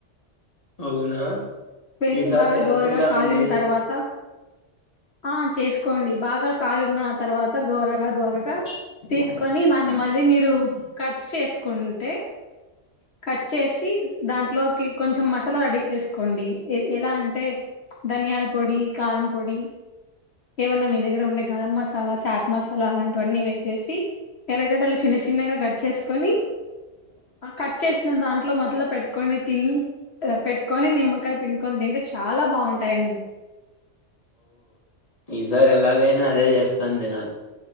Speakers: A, on the left; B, on the left.
A: అవునా
B: వేసి
A: ఈసారి
B: బాగా
A: చేసుకుంటామండి
B: దోరగా కాలిన్ తర్వాత ఆ చేసుకోండి బాగా కాలిన తర్వాత దోరగా దోరగా తీసుకొని దాన్ని మళ్ళీ మీరు కట్స్ చేసుకుంటే కట్ చేసి దాంట్లోకి కొంచెం మసాలా రెడీ చేసుకోండి ఎ ఎలా అంటే ధనియాలపొడి కారంపొడి ఏవన్నా మీ దగ్గర ఉండే గరం మసాలా చాట్ మసాలా అలాంటివన్నీ వేసేసి ఎరగడ్డలు చిన్న చిన్నగా కట్ చేసుకొని కట్ చేసిన దాంట్లో మధ్యలో పెట్టుకొని తిని ఇగ పెట్టుకొని నిమ్మకాయ పిండుకొని తింటే చాలా బాగుంటాయండి
A: ఈ సారి ఎలాగైనా అదే చేసుకొని తినాలి